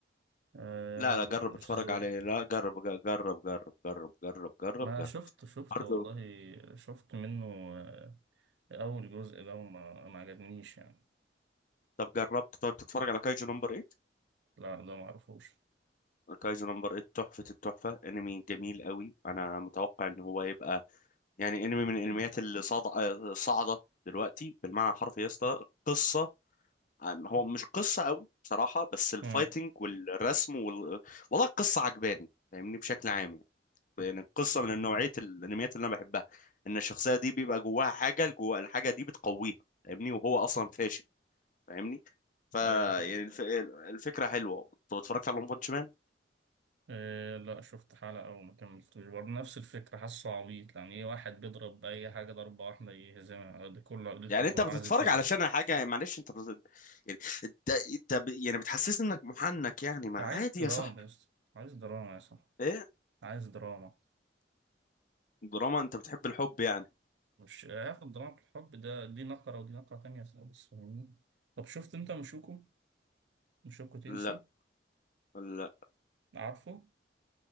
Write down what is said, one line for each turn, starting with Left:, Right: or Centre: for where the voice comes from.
Right: آه
Left: لا
Right: لا
Left: لا جرب
Right: لا مش
Left: اتفرج
Right: زون
Left: عليه لا جرب جرب جرب جرب جرب جرب جرب
Right: ما
Left: جرب
Right: شفت شفت
Left: برضه
Right: والله شفت منه آه اول جزء ده وما ما عجبنيش يعني
Left: طب جربت طيب تتفرج على كايجو نمبر 8
Right: لا ده ما اعرفوش
Left: كايجو نمبر 8 تحفة التحفة انمي جميل قوي انا متوقع ان هو يبقى يعني انمي من الانميات اللي صاعد- آه، صاعدة دلوقتي بالمعنى الحرفي يا اسطى قصة عن- هو مش قصة قوي بصراحة بس الفايتنج
Right: امم
Left: والرسم وال... والله القصة عجباني فاهمني بشكل عام يعني لان القصة من نوعية الانميات اللي انا بحبها ان الشخصية دي بيبقى جواها حاجة جوا الحاجة دي بتقويها فاهمني وهو اصلا فاشل فاهمني فا
Right: ايوه فاهم
Left: يعني الف... الفكره حلوه انت اتفرجت على ون بانش مان
Right: إيه لا شفت حلقة أو ما كملتوش برضه نفس الفكرة حاسه عبيط يعني إيه واحد بيضرب بأي حاجة ضربة واحدة يهزمها ده كل عقدته
Left: يعني
Right: إن
Left: انت
Right: هو
Left: بتتفرج
Right: عايز يتهزم
Left: علشان حاجه معلش انت بت... يعني انت انت ب... يعني بتحسسني انك محنك يعني ما
Right: عايز
Left: عادي
Right: دراما
Left: يا صاحبي
Right: يا اسطى عايز دراما يا اسطى
Left: ايه
Right: عايز دراما
Left: دراما انت بتحب الحب يعني
Right: مش هياخد دراما في الحب ده دي نقرة ودي نقرة تانية خالص فاهمني طب شفت أنت مشوكو مشوكو تنسي
Left: لا لا
Right: عارفه؟